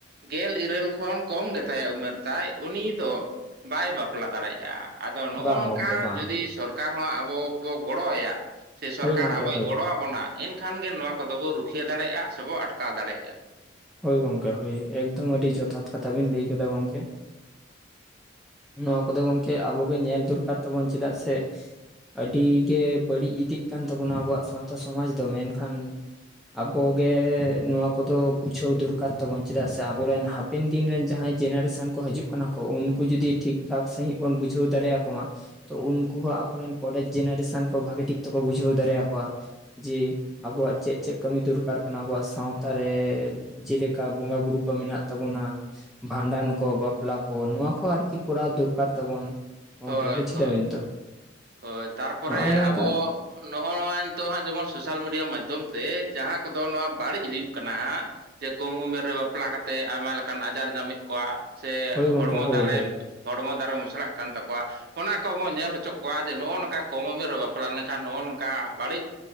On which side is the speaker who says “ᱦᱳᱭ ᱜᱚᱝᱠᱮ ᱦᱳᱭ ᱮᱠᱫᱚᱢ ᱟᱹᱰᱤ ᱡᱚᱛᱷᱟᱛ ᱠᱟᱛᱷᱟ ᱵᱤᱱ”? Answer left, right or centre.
Centre